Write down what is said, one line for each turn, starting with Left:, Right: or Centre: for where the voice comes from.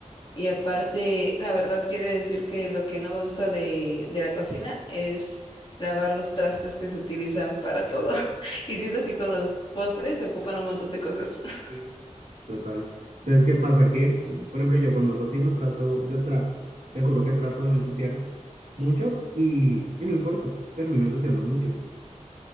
Left: Y aparte, la verdad quiero decir que lo que no me gusta de, de la cocina es lavar los trastes que se utilizan para todo. <laughs> Y siento que con los postres se ocupan un montón de cosas. <laughs>
Right: Sí. Total. Entonces, ¿qué pasa? Que, por ejemplo, yo cuando cocino trato, yo trato, te juro que trato de no ensuciar mucho y, y no importa, termino ensuciando mucho.